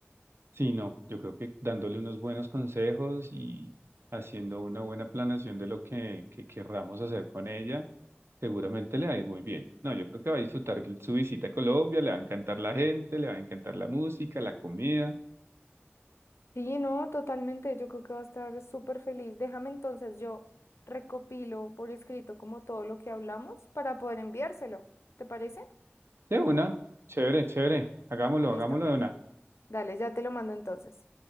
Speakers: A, on the right; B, on the left.
A: Sí, no, yo creo que dándole unos buenos consejos y haciendo una buena planeación de lo que, que querramos hacer con ella, seguramente le va a ir muy bien. No, yo creo que va a disfrutar su visita a Colombia, le va a encantar la gente, le va a encantar la música, la comida.
B: Sí, no, totalmente. Yo creo que va a estar súper feliz. Déjame entonces, yo recopilo por escrito como todo lo que hablamos para poder enviárselo. ¿Te parece?
A: De una, chévere, chévere, hagámoslo,
B: Listo.
A: hagámoslo de una.
B: Dale, ya te lo mando entonces.